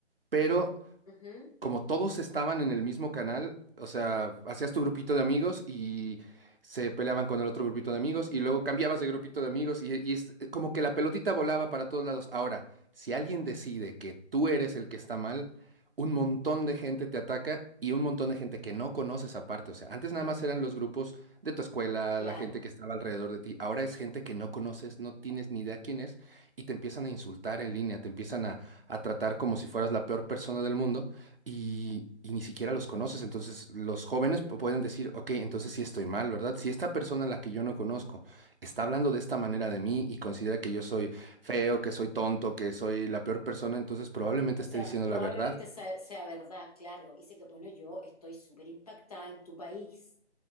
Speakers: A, on the right; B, on the left.
A: pero
B: Ujú,
A: como todos estaban en el mismo canal, o sea, hacías tu grupito de amigos y se peleaban con el otro grupito de amigos y luego cambiabas de grupito de amigos y, y es como que la pelotita volaba para todos lados. Ahora, si alguien decide que tú eres el que está mal, un montón de gente te ataca y un montón de gente que no conoces aparte. O sea, antes nada más eran los grupos de tu escuela,
B: claro.
A: la gente que estaba alrededor de ti. Ahora es gente que no conoces, no tienes ni idea quién es y te empiezan a insultar en línea, te empiezan a a tratar como si fueras la peor persona del mundo y, y ni siquiera los conoces. Entonces los jóvenes pu- pueden decir, ok, entonces sí estoy mal, ¿verdad? Si esta persona a la que yo no conozco está hablando de esta manera de mí y considera que yo soy feo, que soy tonto, que soy la peor persona, entonces probablemente
B: O
A: esté
B: sea,
A: diciendo
B: probablemente
A: la verdad.
B: sea, sea verdad, claro. Y sé que, bueno, yo estoy súper impactada en tu país.